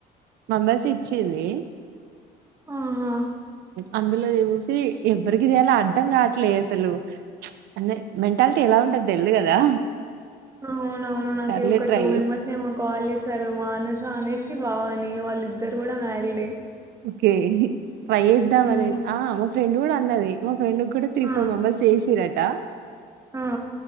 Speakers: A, on the right; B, on the right.
A: మెంబర్స్ ఇచ్చింది
B: ఆహా
A: అందులో చూసి ఎవ్వరికి చేయాాలి అర్ధం కావట్లేదు అసలు అన్నే మెంటాలిటీ ఎలా ఉంటది తెల్దు కదా
B: అవున అవును నాకు
A: సర్లే
B: ఒక
A: ట్రై
B: టూ మెంబర్స్ ఏమో కాల్ చేశారు మానస అనేసి బాగు కానీ వాళ్ళిద్దరు కూడా మ్యారీడే
A: కే ట్రై చేద్దాం
B: హ్మ్.
A: అనేది ఆ మా ఫ్రెండ్ కూడా అన్నది ఫ్రెండ్ కూడ్ త్రీ
B: ఆ!
A: ఫోర్ మెంబర్స్ చేసిరట
B: ఆ